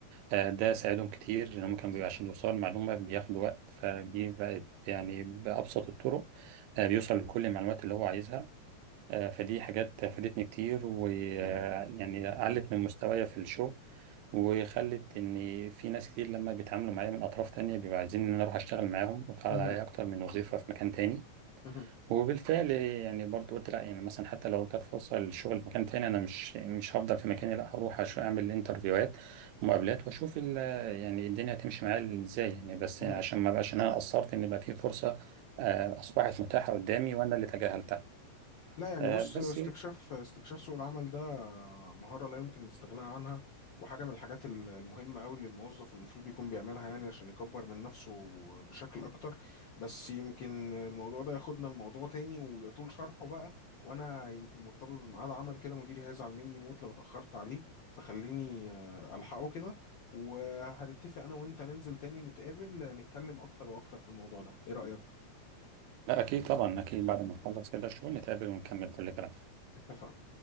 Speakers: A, on the right; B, on the left.
A: آه، ده ساعدهم كتير ان هم كانوا بيبقى عشان يوصلوا المعلومه بياخدوا وقت فدي بقت يعني بابسط الطرق آه، بيوصل لكل المعلومات اللي هو عايزها آه، فدي حاجات فادتني كتير ويعني علت من مستوايا في الشغل وخلت ان في ناس كتير لما بيتعاملوا معايا من اطراف تانية بيبقوا عايزين ان انا اروح اشتغل معاهم واتعرض
B: مهم.
A: عليا اكتر من وظيفه في مكان تاني
B: مهم.
A: وبالفعل يعني برضو قلت لا يعني مثلا حتى لو جت فرصه للشغل في مكان تاني انا مش مش هفضل في مكاني لا هروح أش- اعمل انترفيوهات ومقابلات واشوف ال- يعني الدنيا هتمشي معايا ازاي يعني بس
B: مهم.
A: عشان ما بقاش إن انا قصرت ان بقى في فرصه آه، اصبحت متاحه قدامي وانا اللي تجاهلتها
B: لا يعني
A: آه،
B: بص
A: بس
B: استكشاف استكشاف سوق العمل ده مهارة لا يمكن الاستغناء عنها وحاجة من الحاجات ال- المهمة أوي اللي الموظف المفروض يكون بيعملها يعني عشان يكبر من نفسه بشكل أكتر بس يمكن الموضوع ده ياخدنا لموضوع تاني ويطول شرحه بقى وأنا يمكن مرتبط بميعاد عمل كده مديري هيزعل مني موت لو اتأخرت عليه فخليني آه، ألحقه كده وهنتفق أنا وأنت ننزل تاني نتقابل آه، نتكلم أكتر وأكتر في الموضوع ده إيه رأيك؟
A: لا اكيد طبعا اكيد بعد ما نخلص كده الشغل نتقابل ونكمل كل كلام
B: اتفقنا